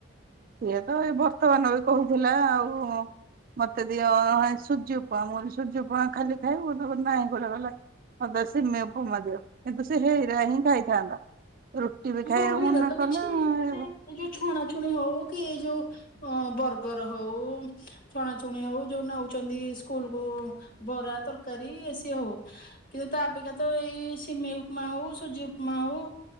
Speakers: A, on the right (about 45°); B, on the left (about 45°).
A: ସିଏ ତ ଏଇ ବର୍ତ୍ତମାନ ବି କହୁଥିଲା ଆଉ ମତେ ଦିଅ ସୁଜି ଉପମା। ମୁଁ କଲି ସୁଜି ଉପମା ଖାଲି ଖାଇବୁ। ସେ କଲା ନାହିଁ କଲା କହିଲା ମତେ ସିମେଇ ଉପମା ଦିଅ। ତ ସେ ହେଇରା ହିଁ ଖାଇଥାନ୍ତା। ରୁଟି ବି ଖାଇବାକୁ
B: ହଉ ହେରା
A: ମନା
B: ତ କିଛି
A: କଲା
B: ମାନେ ଏଇ ଯୋଉ ଛଣା ଛୁଣି ହଉ କି ଯୋଉ ଅ ବର୍ ଗର ହଉ ଛଣାଛୁଣି ହଉ ଯୋଉ ନଉଛନ୍ତି ସ୍କୁଲ କୁ ବରା ତରକାରୀ ଏ ସିଏ ହଉ କି ତା ଅପେକ୍ଷା ତ ଏଇ ସିମେଇ ଉପମା ହଉ ସୁଜି ଉପମା ହଉ